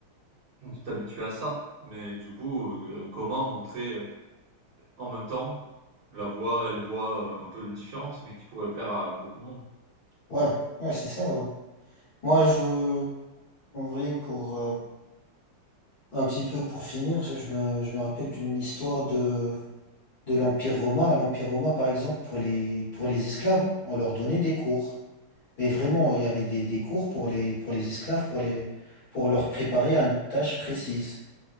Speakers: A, on the right; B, on the left.
A: de t'habituer à ça. Mais du coup, heu, comment montrer, heu, en même temps, la voie les voies, heu, un peu différentes, mais qui pourraient plaire à beaucoup de monde?
B: ouais, ouais, c'est ça, ouais. Moi, je, en vrai, pour, euh, un petit peu pour finir, je, je me, je me rappelle d'une histoire de, de l'Empire romain. L'Empire romain, par exemple, pour les, pour les esclaves, on leur donnait des cours. Mais vraiment, il y avait des, des cours pour les, pour les esclaves, pour les, pour leur préparer à une tâche précise.